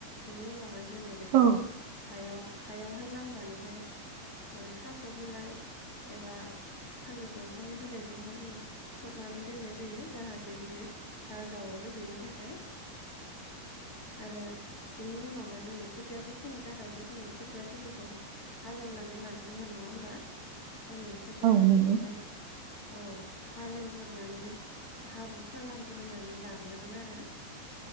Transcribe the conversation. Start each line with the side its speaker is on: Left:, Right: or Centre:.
Left: बेनि उनावहाय जोङो बेखौ
Right: औ
Left: हायाव हायावहाय लामनानैहाय थास' बिलाइ एबा थालिर दंफांनि बिलाइजोंहाय जों खोबनानै दोननाय जायो जाहाथे बियो गाजा हरो बेनि थाखाय
Right: <inaudible>
Left: आरो बेनि उनावहाय जोङो खोथियाखौ फोनो थाखायथ' जोङो खोथिया थोलिखौ हालेवनानै लानांगोन नङा होमबा जोङो खोथिया
Right: औ
Left: थोलिखौहाय
Right: नंगौ
Left: औ हालेवग्रोनानै हाब्रु खालामग्रोनानै लाग्रोगोन आरो